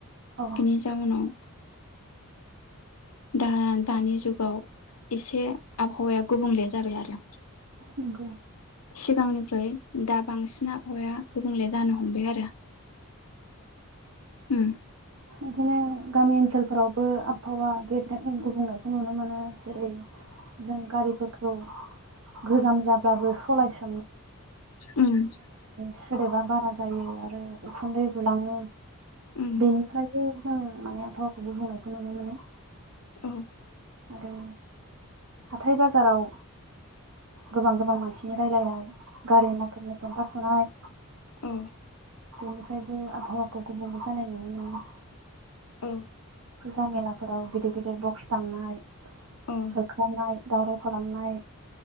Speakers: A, on the right (about 80°); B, on the left (about 85°).
A: औ
B: बिनि जाहोयनाव दा दानि जुगाव एसे आबहावाया गुबुंले जाबाय आरो।
A: नंगौ
B: सिगांनिफ्राय। दा बांसिन आबहावाया गुबुंले जानो हमबाय आरो। उम
A: बिदिनो गामि ओनसोलफोरावबो आबहावा गेब गुबुंनायखौ नुनो मोनो जेरै जों गारिफोरखौ गोजाम जाब्लाबो सलायसो।
B: उ <inaudible>
A: सोदोबा बारा जायो आरो उखुन्दै गुलाङो
B: उम
A: बेनिखायनो जों माने आबहावखौबो गुबुंनायखौ नुनो मोनो
B: औ
A: आरो हाथाय बाजाराव गोबां गोबां मानसिनि रायज्लायनाय गारि मथर फेम्फा सुनाय
B: औ
A: बेनिफ्रायबो आबहावाखौ गुबुंले जानाय नुनो ओ
B: औ
A: फुजा मेलाफोराव गिदिर गिदिर बक्स दामनाय
B: औ
A: होखारनाय दावराव खालामनाय